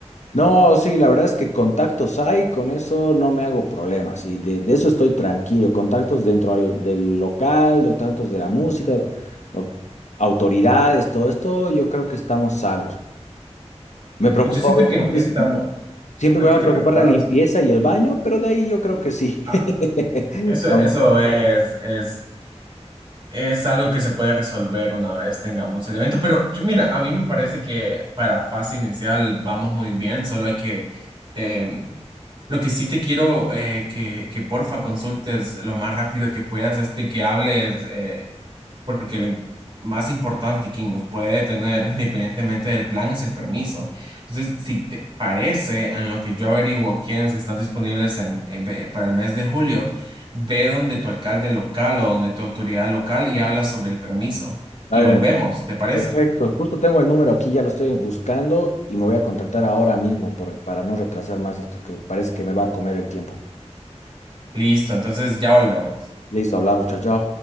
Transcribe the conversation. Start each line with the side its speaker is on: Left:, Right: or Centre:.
Left: No, sí, la verdad es que contactos hay, con eso no me hago problemas y de, de eso estoy tranquilo. Contactos dentro al- del local, contactos de la música, do- autoridades, todo esto, yo creo que estamos salvos. Me preocupa,
Right: Pues yo siento
Left: obviamente,
Right: que estamos.
Left: si- siempre
Right: ¿El
Left: me
Right: que
Left: va a
Right: te
Left: preocupar
Right: preocupaba?
Left: la limpieza
Right: Disculpa.
Left: y el baño, pero de ahí yo creo que sí.
Right: Ah,
Left: <laughs>
Right: eso,
Left: Vamos,
Right: eso es, es Es algo que se puede resolver una vez tengamos el evento, pero yo- mira, a mí me parece que para fase inicial vamos muy bien, solo hay que, eh, lo que sí te quiero eh, que, que porfa consultes lo más rápido que puedas este que hables. eh, porque lo más importante y quien nos puede detener independientemente del plan es el permiso. Entonces, si te parece, en lo que yo averiguo quiénes están disponibles en, eh, ve- para el mes de julio, ve donde tu alcalde local o donde tu autoridad local y habla sobre el permiso. Y
Left: dale,
Right: volvemos, ¿te parece?
Left: Perfecto, justo tengo el número aquí, ya lo estoy buscando y me voy a contactar ahora mismo por- para no retrasar más esto que parece que me va a comer el tiempo.
Right: Listo, entonces ya volvemos.
Left: Listo, hablamos, chao, chao.